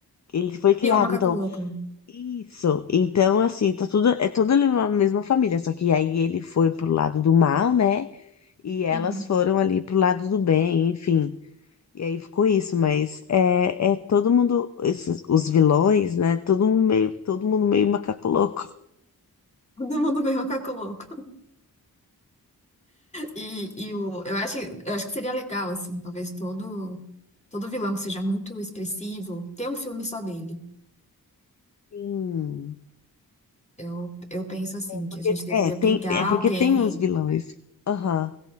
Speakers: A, on the left; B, on the left.
A: ele foi criado,
B: E o macaco
A: então,
B: louco, né?
A: isso. Então, assim, tá tudo, é toda uma mesma família, só que aí ele foi pro lado do mal, né? E elas
B: Uhum.
A: foram ali pro lado do bem, enfim. E aí ficou isso, mas é, é todo mundo, esses, os vilões, né? Todo mundo meio, todo mundo meio macaco louco.
B: <laughs> Todo mundo vê o macaco louco. E, e o, eu acho, eu acho que seria legal, assim, talvez todo, todo vilão que seja muito expressivo, ter um filme só dele.
A: Sim.
B: Eu, eu penso, assim, que
A: Porque,
B: a gente deveria
A: é, tem,
B: pegar
A: é porque
B: alguém
A: tem uns vilões. Aham.